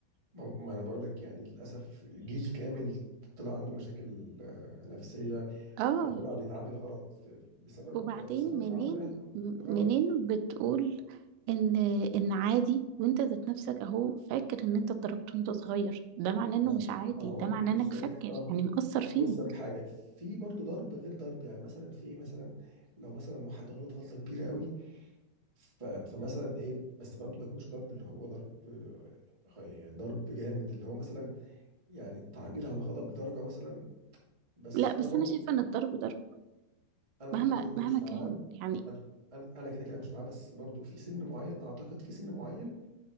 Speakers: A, on the right; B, on the right.
A: ما ما انا بقول لك يعني للاسف جيل كامل طلع عنده مشاكل آه، نفسيه
B: اه
A: وطلع بيتعامل غلط بسبب
B: وبعدين
A: بسبب
B: منين
A: تعامل الاهل الغلط
B: منين بتقول ان ان عادي وانت ذات نفسك اهو فاكر ان انت اتضربت وانت صغير ده معناه انه
A: ما
B: مش عادي
A: ما هو
B: ده
A: بص
B: معناه انك
A: لك
B: فاكر
A: اه
B: يعني مأثر فيك
A: بص لك حاجه في برضه ضرب غير ضرب يعني مثلا في ايه مثلا لو مثلا واحد غلط غلطه كبيره قوي ف- فمثلا ايه بس برضه ما يكونش ضرب اللي هو ضرب آه، غ- يعني ضرب جامد اللي هو مثلا يعني تعبير عن الغضب لدرجه مثلا بس
B: لا
A: انا
B: بس
A: برضو
B: انا شايفه ان الضرب ضرب
A: انا برضو
B: مهما
A: كده كده
B: مهما
A: مش معاه
B: كان يعني
A: انا انا أنا كده كده مش معاه بس برضو في سن معين اعتقد في سن معين